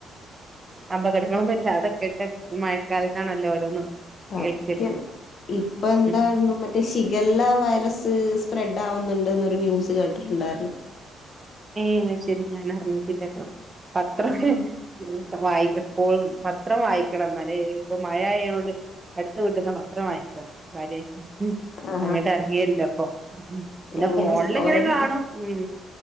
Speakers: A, on the right (about 25°); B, on the left (about 55°).
A: അപകടങ്ങളൊന്നുല്ലാ അതൊക്കെട്ടെ മഴക്കാലത്താണല്ലോ ഓരോന്നും
B: സത്യം
A: കേൾക്കല്
B: ഇപ്പൊ എന്താരുന്നു
A: ഉം
B: മറ്റേ ശിഗല്ല വൈറസ് അത് സ്പ്ര് ഡ് ആവുന്നുണ്ട് നൊരു ന്യൂസ് കേട്ടിട്ടുണ്ടായിരുന്നു
A: ഏ ശരി ഞാൻ അറിഞ്ഞിട്ടില്ലാട്ടോ അത്രക്കെ
B: ആഹ്
A: വായിക് എപ്പോഴും പത്രം വായിക്കണം എന്നാ ല്ലേ ഇപ്പൊ മഴയയോട് അടുത്ത കിട്ടുന്ന പത്രം വായിക്കാ കാര്യയി
B: ആ
A: അങ്ങിട്ട് അറിയേല്ല പ്പ പിന്നെ
B: ഇങ്ങനെ
A: ഫോണിലിംങ്ങനെ
B: ഓരോരുത്ത
A: കാണും ഉം